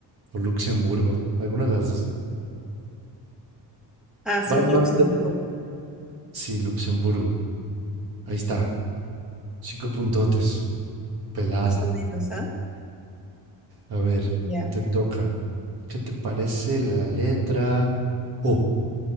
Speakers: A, on the right (about 55°); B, in the centre.
A: o Luxemburgo, alguna de las dos.
B: Ah, sí,
A: Va-
B: es Luxemburgo.
A: va- de- sí, Luxemburgo. Ahí está.
B: Ujú,
A: Cinco puntotes. Pelada.
B: Más o menos, ¿ah?
A: A ver,
B: Ya.
A: te toca. ¿Qué te parece la letra O?